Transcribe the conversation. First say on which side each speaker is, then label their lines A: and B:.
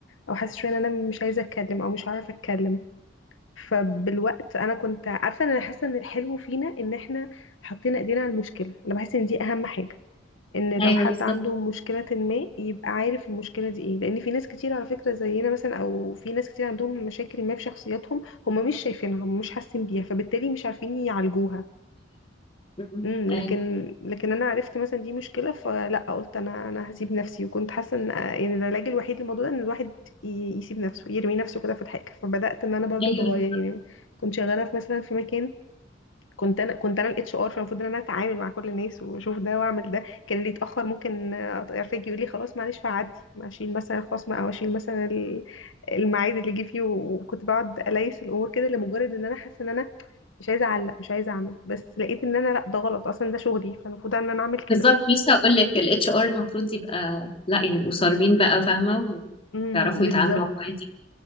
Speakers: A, on the left; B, on the left.
A: أو حاسة شوية إن أنا مش عايزة أتكلم أو مش هعرف أتكلم فبالوقت أنا كنت عارفة إن أنا حاسة إن الحلو فينا إن إحنا حاطين إيدينا على المشكلة أنا بحس إن دي أهم حاجة ان لو
B: ايوه
A: حد
B: بالظبط
A: عنده مشكلة ما يبقى عارف المشكلة دي ايه لان في ناس كتير على فكرة زينا مثلا او في ناس كتير عندهم مشاكل ما في شخصياتهم هم مش شايفينها هم مش حاسين بيها فبالتالي مش عارفين يعالجوها
B: مم.
A: امم
B: ايوه
A: لكن لكن انا عرفت مثلا دي مشكلة فلا قلت انا انا هسيب نفسي وكنت حاسة ان يعني العلاج الوحيد للموضوع ده ان الواحد ي- يسيب نفسه يرمي نفسه كده في الحاجة فبدأت ان انا برضو
B: أيوة.
A: اتغير يعني كنت شغالة في مثلا في مكان كنت انا كنت انا الاتش ار فالمفروض ان انا اتعامل مع كل الناس واشوف ده واعمل ده كان اللي يتاخر ممكن يعرفك يقول لي خلاص معلش فعدي اشيل مثلا الخصم او اشيل مثلا ال- الميعاد اللي جه فيه وكنت بقعد اليس الامور كده لمجرد ان انا حاسه ان انا مش عايزه اعلق مش عايزه اعمل بس لقيت ان انا لا ده غلط اصلا ده شغلي فالمفروض ان انا اعمل كده
B: بالظبط لسه هقول لك الاتش ار المفروض يبقى لا يعني يبقوا صارمين بقى فاهمه
A: امم
B: ويعرفوا
A: بالظبط
B: يتعاملوا عادي